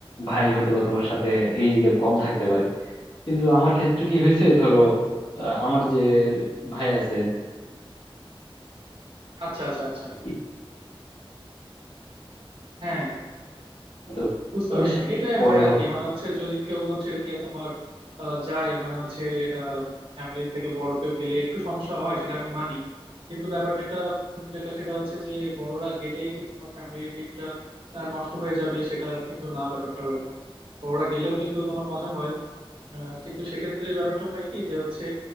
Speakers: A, on the left (about 60°); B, on the right (about 65°).
A: ভাই হয়তো বা তোমার সাথে এইজ গ্যাপ কম থাকতে পারে কিন্তু আমার ক্ষেত্রে কি হয়েছে ধরো আহ, আমার যে ভাই আছে
B: আচ্ছা আচ্ছা আচ্ছা
A: আর কি,
B: হ্যাঁ
A: তো
B: বুঝতে
A: ওদের
B: পারছি
A: সাথে
B: এটাই
A: বড়
B: হয়
A: ধরনের
B: আর কি মানে হচ্ছে যদি কেউ হচ্ছে গিয়ে তোমার আহ, যায় মানে হচ্ছে ফ্যামিলি থেকে বড় কেউ গেলে একটু সমস্যা হয় সেটা আমি মানি কিন্তু ব্যাপার যেটা উম, যেটা সেটা হচ্ছে যে বড়রা গেলেই যে তোমার ফ্যামিলি ট্রিপটা নষ্ট হয়ে যাবে সেটা কিন্তু না ব্যাপারটা ওরকম বড়রা গেলেও কিন্তু তোমার মজা হয় আহ, কিন্তু সেক্ষেত্রে ব্যাপারটা হয় কি যে হচ্ছে